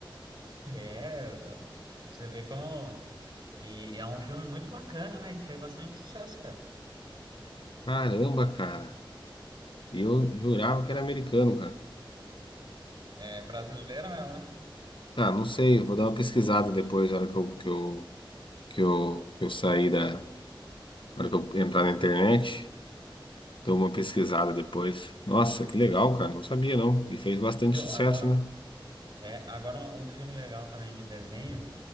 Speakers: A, on the right (about 60°); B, on the left (about 70°).
A: É, você vê como. E é um filme muito bacana, né? Que fez bastante sucesso, cara.
B: Caramba, cara. E eu jurava que era americano, cara.
A: É brasileira mesmo, né?
B: Tá, não sei, eu vou dar uma pesquisada depois, na hora que eu, que eu, que eu, que eu sair da. Na hora que eu entrar na internet, dou uma pesquisada depois. Nossa, que legal, cara. Não sabia, não. E fez bastante
A: Viu?
B: sucesso,
A: Agora,
B: né?
A: é, agora um, um filme legal também de desenho,